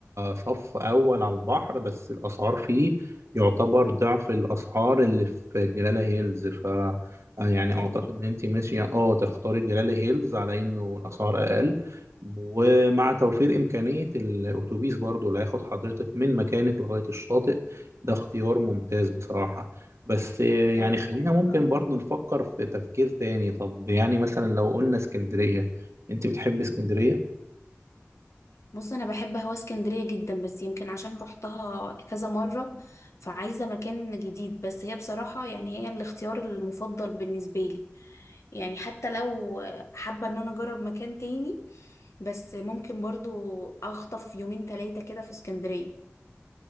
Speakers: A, on the right (about 75°); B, on the left (about 80°).
A: صف أول على البحر بس الأسعار فيه يعتبر ضعف الأسعار اللي في جلالة هيلز ف يعني
B: تمام
A: أعتقد إن أنت ماشية أه تختاري جلالة هيلز على إنه الأسعار أقل ومع توفير إمكانية الأتوبيس برضو اللي هياخد حضرتك من مكانك لغاية الشاطئ ده اختيار ممتاز بصراحة بس يعني
B: طيب
A: خلينا
B: حلو
A: ممكن
B: أوي
A: برضو نفكر في تفكير تاني طب يعني مثلا لو قلنا اسكندرية انت بتحب اسكندرية
B: بص انا بحب هوا اسكندريه جدا بس يمكن عشان رحتها كذا مره فعايزه مكان جديد بس هي بصراحه يعني هي الاختيار المفضل بالنسبه لي يعني حتى لو حابه ان انا اجرب مكان تاني بس ممكن برضو اخطف يومين ثلاثه كده في اسكندريه